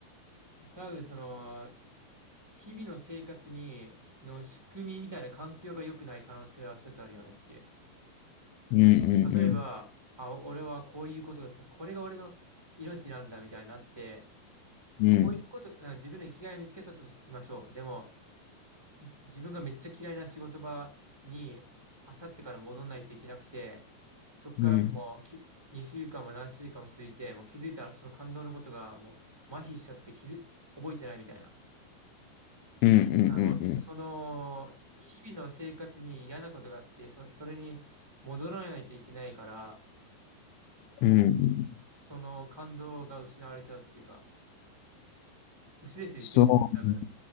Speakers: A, on the right; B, on the left.
A: 多分、その、日々の生活に、の仕組みみたいな環境が良くない可能性は一つあるよねっていう。
B: うんう
A: 例えば、
B: ん
A: あ、俺はこういうことがして、これが俺の命なんだみたいになって、
B: うん。
A: あこういうこと、
B: うん
A: なんか自分の生きがいを見つけたとしましょう。でも、い自分がめっちゃ嫌いな仕事場に、あさってから戻んないといけなくて、そっからもうき、
B: うん
A: 2週間も何週間も続いて、もう気づいたらその感動のことがもう麻痺しちゃって気づ、覚えてないみたいな。
B: うんう
A: だからもう、その、
B: ん
A: 日々の生活に嫌なことがあって、そ、それに戻らないといけないから、
B: うんうん。うん
A: その感動が失われちゃうっていうか、薄れていくんだよ、
B: そう。
A: 多分。